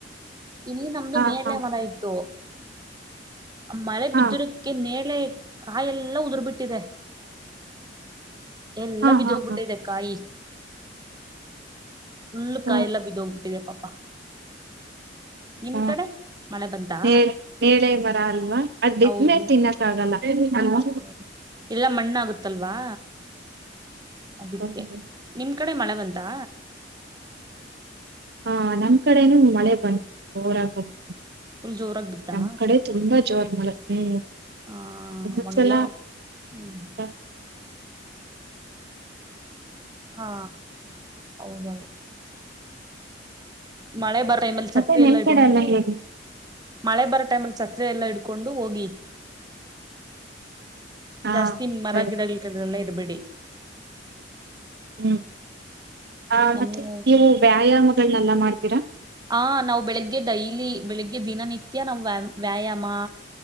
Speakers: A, on the right; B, on the right.
A: ಇಲ್ಲಿ ನಮ್ದು
B: ಹಾ
A: ನೇರಳೆ
B: ಹಾ
A: ಮರ ಇತ್ತು. ಮಳೆ
B: ಹಾ
A: ಬಿದ್ದಿರೋದಕ್ಕೆ ನೇರಳೆ ಕಾಯೆಲ್ಲ ಉದುರ್ಬಿಟ್ಟಿದೆ. ಎಲ್ಲ
B: ಹಾ
A: ಬಿದೋಗ್ಬಿಟ್ಟದೆ
B: ಹಾ ಹಾ
A: ಕಾಯಿ. ಫುಲ್
B: ಹ್ಮ್
A: ಕಾಯೆಲ್ಲ ಬಿದ್ದೋಗ್ಬಿಟ್ಟಿದೆ ಪಾಪಾ. ನಿಮ್
B: ಹ್ಮ್
A: ಕಡೆ ಮಳೆ ಬಂತಾ
B: ನೇರಳೆ ನೇರಳೆ ಮರ ಅಲ್ವಾ ಅದ್
A: ಹೌದು.
B: ಇದ್ಮೇಲೆ ತಿನ್ನಕ್ ಆಗಲ್ಲ ಅಲ್ವಾ
A: ಹೌದದ ಇಲ್ಲಾ ಮಣ್ಣ ಆಗುತ್ತಲ್ವಾ. ಅದಿಕ್ಕೆ
B: ಹ್ಮ್, ಹ್ಮ್.
A: ನಿಮ್ ಕಡೆ ಮಳೆ ಬಂತಾ.
B: ಹಾ ನಮ್ ಕಡೆನೂ ಮಳೆ ಬಂತೂ ಜೋರಾಗಿ ಬಂತು.
A: ಜೋರಾಗಿ ಬಿತ್ತಾ
B: ನಮ್ ಕಡೆ ತುಂಬಾ ಜೋರ ಮಳೆ ಹ್ಮ್.
A: ಆ
B: ಇನೊಂದು
A: ಅವಾಗೆಲ್ಲಾ
B: ಸಲ
A: ಹ್ಮ್
B: <unintelligible>
A: ಹಾ ಹೌದೌದು. ಮಳೆ ಬರೋ ಟೈಮಲ್ಲಿ ಛತ್ರಿಯಲ್ಲ
B: ಮತ್ತೆ ನಿಮ್
A: ಹಿಡಕೊಂಡು
B: ಕಡೆ ಎಲ್ಲ ಹೇಗೆ
A: ಮಳೆ ಬರೋ ಟೈಮಲ್ಲಿ ಛತ್ರಿಯಲ್ಲ ಇಡ್ಕೊಂಡು ಹೋಗಿ.
B: ಹಾ
A: ಜಾಸ್ತಿ ಮರ
B: ಸರಿ
A: ಗಿಡಗಳಿಗಳಲ್ಲ ಇರಬೇಡಿ.
B: ಹ್ಮ್ ಆ
A: ನಮ್ಮು
B: ಮತ್ತೆ ನೀವು ವ್ಯಾಯಾಮಗಳನೆಲ್ಲ ಮಾಡ್ತೀರಾ.
A: ಹ ನಾವ್ ಬೆಳಿಗ್ಗೆ ಡೈಲಿ ಬೆಳಿಗ್ಗೆ ದಿನನಿತ್ಯ ನಾವ್ ವ್ಯಾಮ್ ವ್ಯಾಯಾಮ